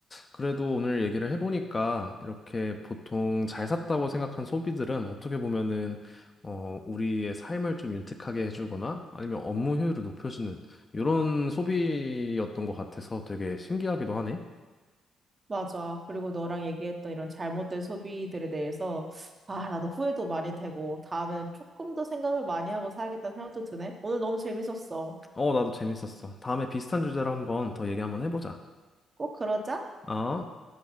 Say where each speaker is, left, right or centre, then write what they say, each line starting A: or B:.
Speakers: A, on the left; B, on the right.
A: 그래도 오늘 얘기를 해보니까 이렇게 보통 잘 샀다고 생각한 소비들은 어떻게 보면은, 어, 우리의 삶을 좀 윤택하게 해주거나 아니면 업무 효율을 높여주는 이런 소비였던 것 같아서 되게 신기하기도 하네.
B: 맞아. 그리고 너랑 얘기했던 이런 잘못된 소비들에 대해서, 아, 나도 후회도 많이 되고, 다음에는 조금 더 생각을 많이 하고 사야겠다는 생각도 드네. 오늘 너무 재밌었어.
A: 어, 나도 재밌었어. 다음에 비슷한 주제로 한번 더 얘기 한번 해보자.
B: 꼭 그러자.
A: 아.